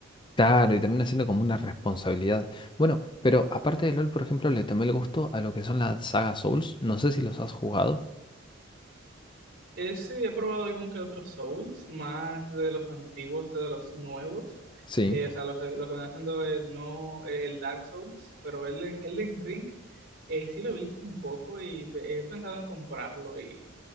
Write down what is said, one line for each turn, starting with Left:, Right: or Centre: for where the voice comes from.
Left: Claro, y termina siendo como una responsabilidad. Bueno, pero aparte de LOL, por ejemplo, le tomé el gusto a lo que son las sagas Souls. No sé si los has jugado.
Right: Eh, sí, he probado algún que otro Souls, más de los antiguos que de los nuevos.
Left: Sí.
Right: Eh, o sea, lo que, lo que me haciendo el, no, eh, el Dark Souls, pero el Elden Ring eh, sí lo he visto un poco y pe- he pensado en comprarlo. Y